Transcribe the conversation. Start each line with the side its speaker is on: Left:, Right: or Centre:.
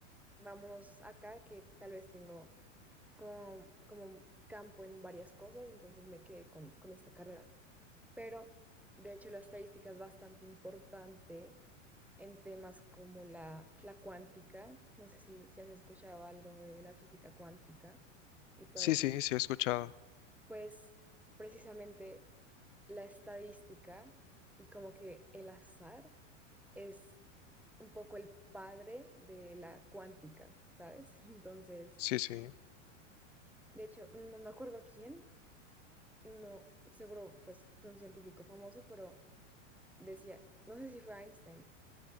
Centre: vámonos acá que tal vez tengo como, como campo en varias cosas, entonces me quedé con, con esta carrera. Pero de hecho la estadística es bastante importante en temas como la, la cuántica, no sé si, si has escuchado algo de la física cuántica y todo
Left: sí,
Centre: eso,
Left: sí, sí he escuchado.
Centre: pues precisamente la estadística y como que el azar es un poco el padre de la cuántica, ¿sabes? <laughs> Entonces,
Left: Sí, sí.
Centre: de hecho, no me acuerdo quién, no, seguro pues fue un científico famoso, pero decía, no sé si fue Einstein,